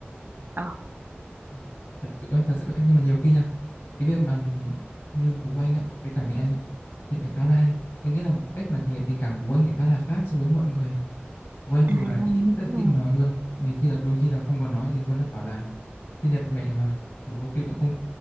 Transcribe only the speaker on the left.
Ờ, thật sự ấy, thật sự ấy. Nhưng mà nhiều khi nha, cái việc mà như bố anh ạ, với cả mẹ anh ấy, thì lại khá là hay. Anh nghĩ là cách mà thể hiện tình cảm của bố anh lại khá là khác so với mọi người. Bố anh
thường là ít,
rất
là
ít nói luôn. Nhiều khi là đôi khi là không còn nói gì luôn á, bảo là sinh nhật mẹ mà bố có khi cũng không